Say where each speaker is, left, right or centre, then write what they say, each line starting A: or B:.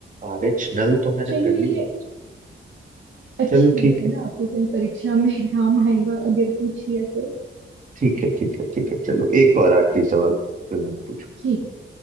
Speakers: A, on the right; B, on the right.
A: R H null तो मैंने
B: चलो
A: पहली
B: ये
A: बार
B: अच्छी
A: चलो
B: बात
A: ठीक
B: है
A: है
B: ना आपको कल परीक्षा में <laughs> काम आएगा अगर पूछ लिया तो
A: ठीक है ठीक है ठीक है चलो एक और आखिरी सवाल फिर मैं पूछूं
B: ठीक